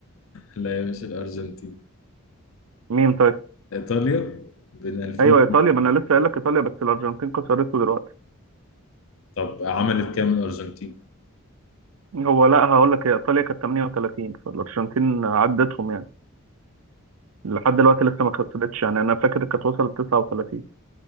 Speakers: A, on the left; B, on the right.
A: لا يا مش الارجنتين
B: مين طيب
A: ايطاليا بين 2000
B: ايوه ايطاليا ما انا لسه قايل لك ايطاليا بس الارجنتين كسرته دلوقتي
A: طب عملت كام الارجنتين
B: هو لا هقول لك هي ايطاليا كانت 38 فالارجنتين عدتهم يعني لحد دلوقتي لسه ما كسرتش يعني انا فاكر كانت وصلت 39